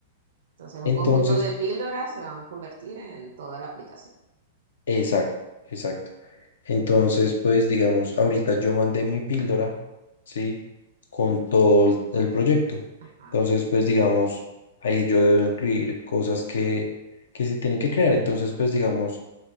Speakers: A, on the right; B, on the left.
A: Entonces, un
B: Entonces,
A: conjunto de píldoras se van a convertir en toda la aplicación.
B: exacto, exacto. Entonces, pues digamos, ahorita yo mandé mi píldora, ¿sí? Con todo el el proyecto.
A: Ajá.
B: Entonces, pues digamos, ahí yo debo incluir cosas que, que se tienen que crear. Entonces, pues digamos,